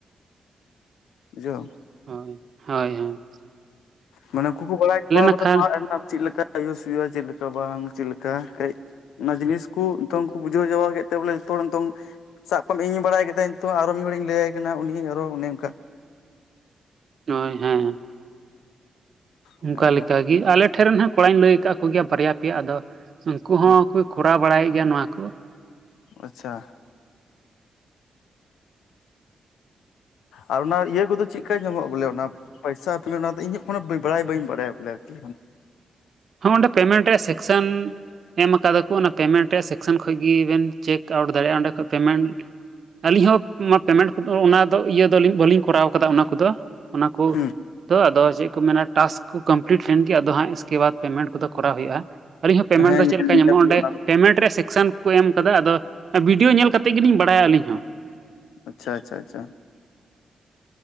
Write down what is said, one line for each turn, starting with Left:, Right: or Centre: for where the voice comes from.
Left: ᱵᱩᱡᱷᱟᱹᱣ᱾
Right: ᱦᱳᱭ ᱦᱳᱭ ᱦᱳᱭ᱾
Left: ᱢᱟᱱᱮ ᱩᱝᱠᱩ ᱠᱚ ᱵᱟᱲᱟᱭ ᱪᱟᱵᱟ
Right: ᱱᱟᱠᱷᱟᱱ
Left: ᱠᱟᱫᱟ ᱯᱟᱨ ᱤᱱᱠᱟᱢ ᱪᱮᱜ ᱞᱮᱠᱟ? ᱟᱹᱭᱩᱥ ᱦᱩᱭᱩᱜᱼᱟ ᱪᱤᱜ ᱞᱮᱠᱟ ᱵᱟᱝ ᱪᱤᱜ ᱞᱮᱠᱟ ᱠᱟᱹᱡ ᱚᱱᱟ ᱡᱤᱱᱤᱥ ᱠᱚ ᱱᱤᱛᱚᱝ ᱠᱚ ᱵᱩᱡᱷᱟᱹᱣ ᱪᱟᱵᱟᱠᱮᱫ ᱛᱮ ᱵᱚᱞᱮ ᱡᱚᱛᱚ ᱦᱚᱲ ᱱᱤᱛᱚᱝ ᱥᱟᱵ ᱠᱟᱜ ᱢᱮ ᱤᱧ ᱵᱟᱲᱟᱭ ᱠᱮᱫᱟᱧ ᱦᱤᱛᱚᱝ ᱟᱨᱚ ᱢᱤᱫ ᱦᱚᱲᱤᱧ ᱞᱟᱹᱭᱟᱭ ᱠᱟᱱᱟ ᱩᱱᱤ ᱟᱨᱚ ᱚᱱᱮ ᱚᱝᱠᱟ᱾
Right: ᱦᱳᱭ ᱦᱮᱸ᱾
Left: ᱚᱱᱮ
Right: ᱚᱝᱠᱟ
Left: ᱚᱱᱠᱟ
Right: ᱞᱮᱠᱟᱜᱮ ᱟᱞᱮ ᱨᱮᱱᱜ ᱠᱚᱲᱟᱧ ᱞᱟᱹᱭ ᱟᱠᱟᱫ ᱠᱚ ᱜᱮᱭᱟ ᱵᱟᱨᱭᱟ ᱯᱮᱭᱟ ᱟᱫᱚ ᱩᱝᱠᱩ
Left: ᱦᱩᱸ
Right: ᱦᱚᱸ ᱠᱚ ᱠᱚᱨᱟᱣ ᱵᱟᱲᱟᱭ ᱜᱮᱭᱟ ᱱᱚᱣᱟ ᱠᱚ ᱾
Left: ᱟᱪᱪᱷᱟ ᱟᱨ ᱚᱱᱟ ᱤᱭᱟᱹ ᱠᱚᱫᱚ ᱪᱤᱜᱠᱟ ᱧᱮᱞᱚᱜᱼᱟ ᱵᱚᱞᱮ ᱚᱱᱟ ᱯᱟᱭᱥᱟ <unintelligible> ᱤᱧ ᱮᱠᱷᱚᱱᱟᱜ ᱵᱤᱰᱨᱟᱭ ᱵᱟᱹᱧ ᱵᱟᱲᱟᱭ ᱞᱚᱞᱮ ᱟᱨᱠᱤ
Right: ᱦᱚᱼ ᱚᱸᱰᱮ ᱯᱮᱢᱮᱱᱴ ᱨᱮᱭᱟᱜ ᱥᱮᱠᱥᱮᱱ ᱮᱢ ᱠᱟᱫᱟ ᱠᱚ ᱚᱱᱟ ᱯᱮᱢᱮᱱᱴ ᱨᱮᱭᱟᱜ ᱥᱮᱠᱥᱮᱱ ᱠᱷᱚᱱ ᱜᱮᱵᱮᱱ ᱪᱮᱠ ᱟᱣᱩᱴ ᱫᱟᱲᱮᱭᱟᱜᱼᱟ ᱚᱸᱰᱮ ᱠᱷᱚᱡ ᱯᱮᱢᱮᱱᱴ ᱟᱹᱞᱤᱧ ᱦᱚᱸ ᱯᱮᱢᱮᱱᱴ ᱚᱱᱟ ᱤᱭᱟᱹ ᱫᱚ ᱵᱟᱹᱞᱤᱧ ᱠᱚᱨᱟᱣ ᱟᱠᱟᱫᱟ ᱚᱱᱟ ᱠᱚᱫᱚ᱾ ᱚᱱᱟ ᱠᱩ,
Left: ᱦᱩᱸ
Right: ᱛᱚ ᱟᱫᱚ ᱪᱮᱫ ᱠᱚ ᱢᱮᱱᱟ ᱴᱟᱥᱠ ᱠᱚ ᱠᱚᱢᱯᱞᱤᱴ ᱞᱮᱱ ᱜᱮ ᱟᱫᱚ ᱦᱟᱸᱜ ᱥᱠᱮ ᱵᱟᱫᱽ ᱯᱮᱢᱮᱱᱴ ᱠᱚᱫᱚ ᱠᱚᱨᱟᱣ ᱦᱩᱭᱩᱜᱼᱟ᱾ ᱟᱹᱞᱤᱧ ᱦᱚᱸ
Left: ᱦᱮᱸ
Right: ᱫᱚ ᱪᱮᱫ
Left: ᱧᱮᱞ
Right: ᱞᱮᱠᱟ
Left: ᱧᱮᱞ
Right: ᱧᱟᱢᱚᱜᱼᱟ
Left: ᱦᱩᱭᱩᱜᱼᱟ
Right: ᱚᱸᱰᱮ,
Left: ᱚᱱᱟ ᱠᱚ
Right: ᱯᱮᱢᱮᱱᱴ ᱨᱮᱭᱟᱜ ᱥᱮᱠᱥᱮᱱ ᱠᱚ ᱮᱢ ᱠᱟᱫᱟ ᱟᱫᱚ ᱵᱷᱤᱰᱭᱳ ᱧᱮᱞ ᱠᱟᱛᱮ ᱜᱮᱞᱤᱧ ᱵᱟᱰᱟᱭᱟ ᱟᱹᱞᱤᱧ ᱦᱚᱸ᱾
Left: ᱟᱪᱪᱷᱟ ᱟᱪᱪᱷᱟ ᱟᱪᱪᱷᱟ᱾